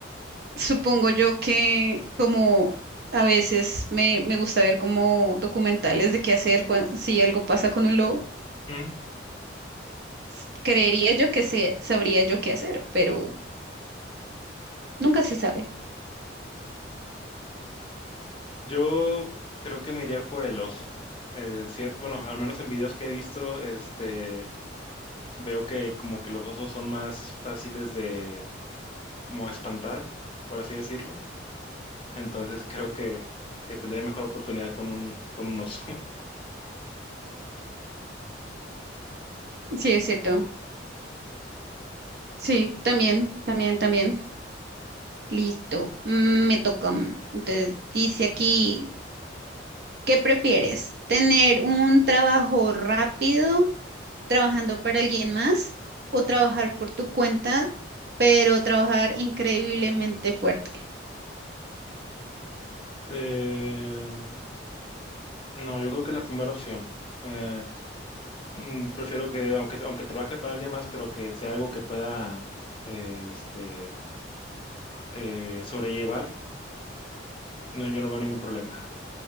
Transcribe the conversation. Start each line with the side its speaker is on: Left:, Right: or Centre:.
Right: Supongo yo que como a veces me, me gusta ver como documentales de qué hacer cuan- si algo pasa con un lobo,
Left: Mm.
Right: s- creería yo que se, sabría yo qué hacer, pero nunca se sabe.
Left: Yo creo que me iría por el oso. Eh, sí, bueno, al menos en videos que he visto, este... veo que como que los osos son más fáciles de como espantar, por así decirlo. Entonces creo que, que tendría mejor oportunidad con un, con un oso. <laughs>
Right: Sí, es cierto. Sí, también, también, también. Listo. Mm, me toca. mm. Entonces, dice aquí, ¿qué prefieres? ¿Tener un trabajo rápido trabajando para alguien más o trabajar por tu cuenta, pero trabajar increíblemente fuerte?
Left: Eh, no, yo creo que es la primera opción. Eh, mm, prefiero que, aunque, aunque trabaje para alguien más, pero que sea algo que pueda eh, este, eh, sobrellevar, no, yo no veo ningún problema. <laughs>